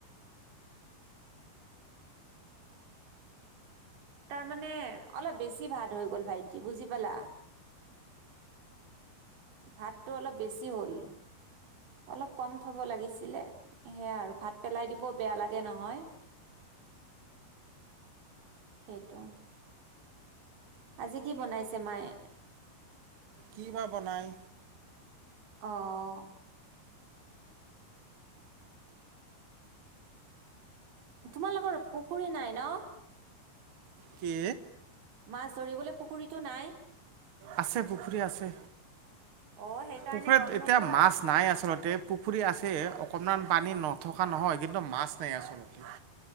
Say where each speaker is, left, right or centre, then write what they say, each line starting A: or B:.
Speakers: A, on the right (about 90°); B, on the right (about 65°).
A: মানে অলপ বেছি ভাত হৈ গ'ল ভাইটি বুজি পালা ভাতটো অলপ বেছি হ'ল অলপ কম থ'ব লাগিছিলে সেয়া আৰু ভাত পেলাই দিবও বেয়া লাগে নহয় সেইটো আজি কি বনাইছে মায়ে?
B: কি বা বনায়
A: আহ। তোমালোকৰ পুখুৰী নাই ন
B: কি
A: মাছ ধৰিবলৈ পুখুৰীটো নাই?
B: আছে পুখুৰী আছে
A: অঁ সেইকাৰণে
B: পুখুৰীত
A: গম
B: এতিয়া
A: নোপোৱা
B: মাছ নাই আচলতে পুখুৰী আছে অকনমান পানী নথকা নহয় কিন্তু মাছ নাই আচলতে